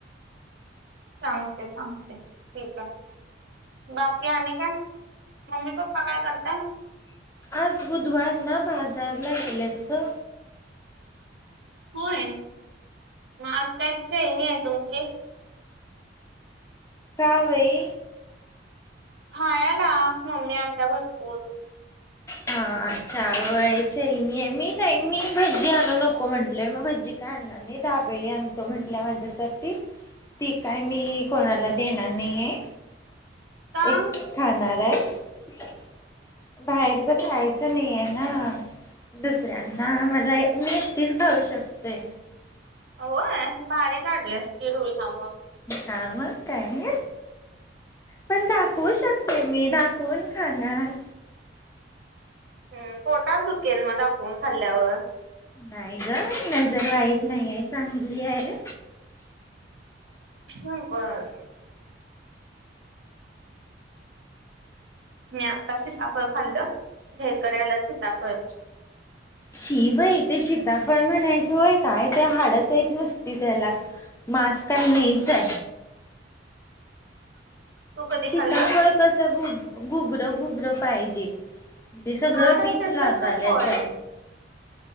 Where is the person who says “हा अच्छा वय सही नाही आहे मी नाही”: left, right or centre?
Left